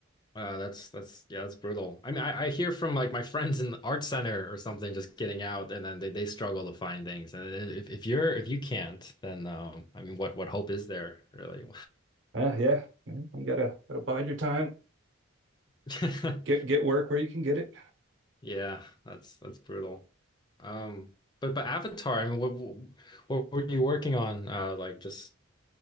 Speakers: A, on the left; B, on the right.
A: Uh, that's that's yeah, that's brutal. I mean, I, I hear from like my friends in the art center or something just getting out, and then they, they struggle to find things. And if if you're if you can't, then um, I mean, what what hope is there really?
B: Uh, yeah, yeah, you gotta gotta bide your time,
A: <laughs>
B: get get work where you can get it.
A: Yeah, that's that's brutal. Um, but but Avatar, I mean, what what were you working on? Uh, like just